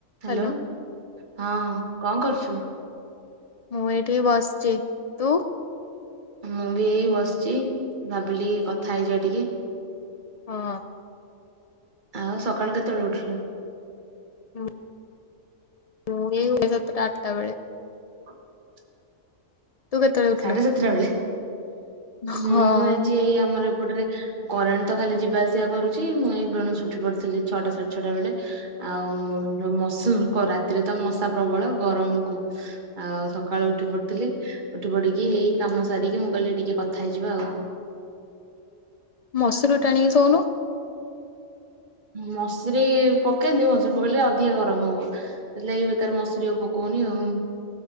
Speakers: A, on the right; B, on the left.
A: Hello
B: hello
A: ହଁ କଣ କରୁଚୁ?
B: ମୁଁ ଏଇଠି ବସିଚି। ତୁ?
A: ମୁଁ ବି ଏଇ ବସିଚି। ଭାବିଲି କଥା ହେଇଯିବା ଟିକେ।
B: ହଁ।
A: ଆଉ ସକାଳୁ କେତେବେେଳେ ଉଠିଲୁ?
B: ହୁଁଁ। ହୁଁ ଏଇ ଗଲା ସାତଟା ଆଠଟା ବେଳେ।
A: <inaudible>
B: ତୁ କେତେବେଳେ ଉଠିଲୁ?
A: ସାଢେ ସାତଟା ବେଳେ।
B: ହଁ
A: ମୁଁ ଆଜି ଏଇ ଆମର ଏପଟରେ କରେଣ୍ଟ ତ ଖାଲି ଯିବା ଆସିବା କରୁଚି, ମୁଁ ଏଇ ବେଳସୁ ଉଠି ପଡିଥିଲି ଛଟା ସାଢେ ଛଟା ବେଳେ। ଆଉ ଯୋଉ ମସୁଲ୍ କ ରାତିରେ ତ ମଶା ପ୍ରବଳ ଗରମ କୁ ଆଉ ସକାଳୁ ଉଠି ପଡିଥିଲି। ଉଠି ପଡିକି ହେଇ କାମ ସାରିକି ମୁଁ କହିଲି ଟିକେ କଥା ହେଇଯିବା ଆଉ।
B: ମସୁରୀ ଟାଣିକି ଶୋଉନ।
A: ମସୁରୀ ପକେଇଲେ ମସୁରୀ ପକେଇଲେ ଅଧିକା ଗରମ ହବ। ସେଥିଲାଗି ବେକାର ମସୁରୀ ଆଉ ପକଉନି ଆଉ।